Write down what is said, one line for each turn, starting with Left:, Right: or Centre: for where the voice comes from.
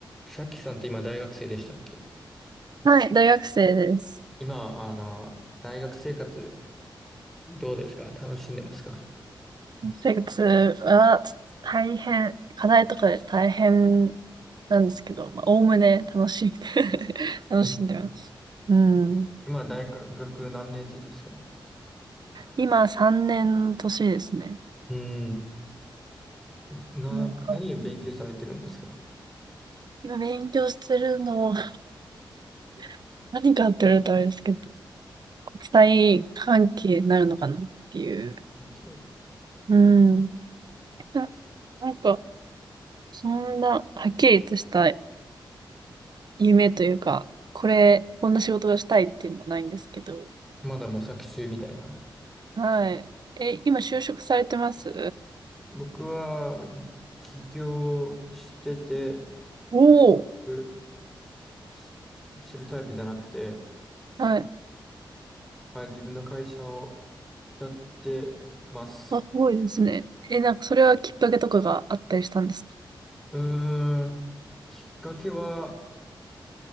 Centre: さっきさんって今大学生でしたっけ
Right: はい、大学生です。
Centre: 今、あの、大学生活どうですか楽しんでますか
Right: 生活はちょっと大変、課題とかで大変なんですけど、まあ、おおむね楽しい。<laughs> 楽しんでます。
Centre: うん
Right: うん。
Centre: 今、大学何年生ですか
Right: 今3年の年ですね。
Centre: うん。な、
Right: なんか、
Centre: 何を勉強されてるんですか
Right: 今勉強してるのは <laughs> 何かって言われたらあれですけど、国際関係になるのかなっていう。
Centre: 関係
Right: うん。な、なんか、そんなはっきりとした夢というか、これ、こんな仕事がしたいっていうのがないんですけど。
Centre: まだ模索中みたいな。
Right: はい。え、今就職されてます
Centre: 僕は起業してて、
Right: おおー。
Centre: うしするタイプじゃなくて、
Right: はい。
Centre: はい、自分の会社をやってます。
Right: あ、すごいですね。え、なんかそれはきっかけとかがあったりしたんですか
Centre: うーん、きっかけは、